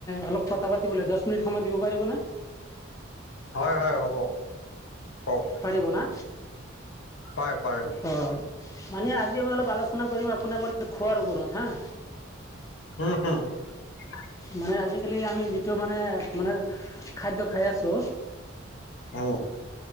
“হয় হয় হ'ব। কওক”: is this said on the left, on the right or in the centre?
Left